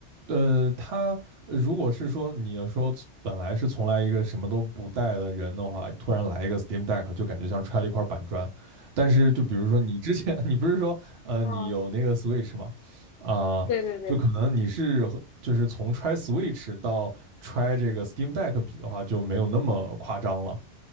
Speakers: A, on the right (about 65°); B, on the left (about 60°).
A: 呃，他呃如果是说你要说本来是从来一个什么都不带的人的话，突然来一个 Steam Deck，就感觉像揣了一块板砖。但是就比如说你之前 <laughs>，你不是说呃你有那个
B: 哦，
A: Switch 吗？啊、
B: 对对对，
A: 就可能你是和就是从揣 Switch 到揣这个 Steam Deck 比的话，就没有那么夸张了。